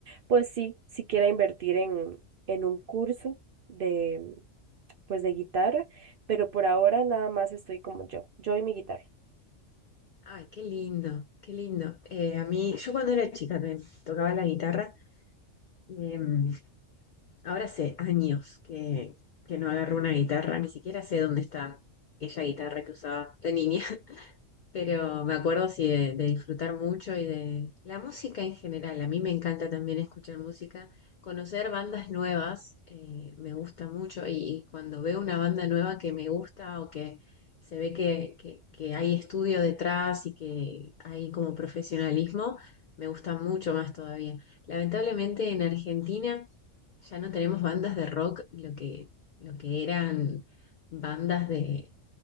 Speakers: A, on the right; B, on the left.
A: pues sí, si quiera invertir en, en un curso de, pues de guitarra, pero por ahora nada más estoy como yo, yo y mi guitarra.
B: ¡Ay, qué lindo! ¡Qué lindo! Eh, a mí, yo cuando era chica me tocaba la guitarra. Em, Ahora hace años que, que no agarro una guitarra, ni siquiera sé dónde está aquella guitarra que usaba de niña, <laughs> pero me acuerdo así de, de disfrutar mucho y de la música en general. A mí me encanta también escuchar música, conocer bandas nuevas, eh, me gusta mucho y, y cuando veo una banda nueva que me gusta o que se ve que, que, que hay estudio detrás y que hay como profesionalismo, me gusta mucho más todavía. Lamentablemente en Argentina... Ya no tenemos bandas de rock, lo que, lo que eran bandas de